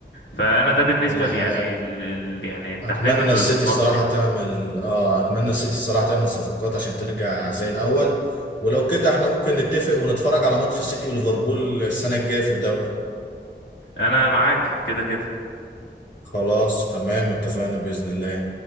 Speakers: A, on the left; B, on the left.
A: فأنا ده بالنسبة
B: الحقيقة
A: ل- يعني ال... ال- يعني تحليلنا
B: اتمنى
A: للماتش
B: السيتي الصراحه
A: يعني
B: تعمل اه اتمنى السيتي الصراحه تعمل صفقات عشان ترجع زي الاول ولو كده احنا ممكن نتفق ونتفرج على ماتش السيتي وليفربول السنه الجايه في الدوري
A: أنا معاك كده كده
B: خلاص تمام اتفقنا باذن الله